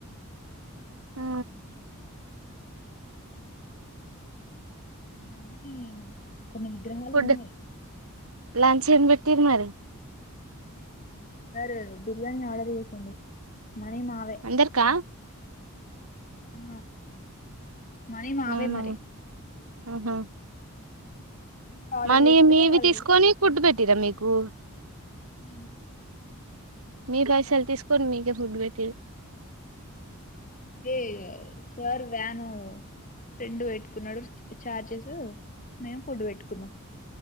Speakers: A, on the right; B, on the left.
A: ఆ
B: ఇక్కడ అన్నీ కొన్ని విగ్రహాలు
A: ఫుడ్
B: ఉన్నాయి
A: లంచ్ ఏం పెటిర్ మరి
B: సారు బిర్యానీ ఆర్డర్ చేసిండు మనీ మావే
A: అందరికా
B: ఆ మనీ మావే
A: అవునా
B: మరి
A: ఆహా
B: అక్కడికి ఆర్డర్
A: మనీ
B: చేస్తే
A: మీవి
B: వాళ్ళు
A: తీసుకొని ఫుడ్ పెట్టిరా మీకు
B: ఊ
A: మీ పైసలు తీసుకోని మీకే ఫుట్ పెట్టి
B: ఏ సార్ వ్యాన్ ఫ్రెండ్ పెట్టుకున్నాడు చార్జెస్ మేము ఫుడ్ పెట్టుకున్నాం